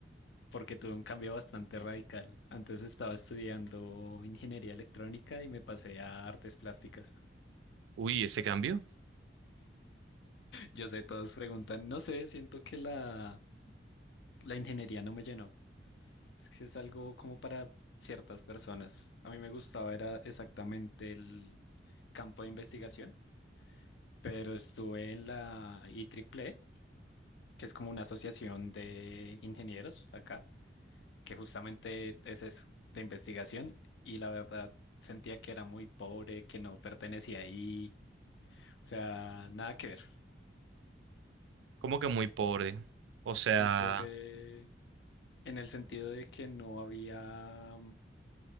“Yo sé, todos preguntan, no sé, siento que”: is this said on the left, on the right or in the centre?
Left